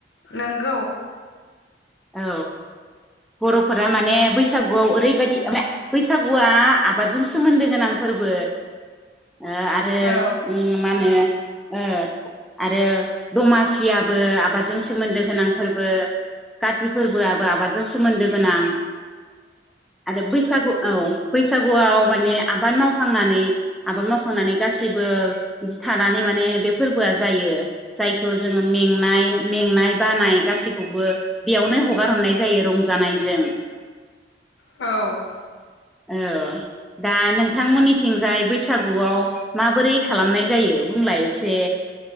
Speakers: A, on the left; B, in the centre.
A: नंगौ
B: औ बर'फोरा माने बैसागुआव ओरैबायदि माने बैसागुआ आबादजों सोमोन्दो गोनां फोरबो ओ आरो
A: औ
B: उ मा होनो ओ आरो दमासियाबो आबादजों सोमोन्दो गोनां फोरबो काति फोरबोआबो आबादजों सोमोनदो गोनां आरो बैसागु औ बैसागुआव माने आबाद मावखांनानै आबाद मावखांनानै गासैबो बिदि थानानै माने बे फोरबोआ जायो जायखौ जोङो मेंनाय मेंनाय बानाय गासैखौबो बेयावनो हगार हरनाय जायो रंजानायजों
A: औ
B: औ दा नोंथांमोननिथिंजाय बैसागुआव माबोरै खालामनाय जायो बुंलाय एसे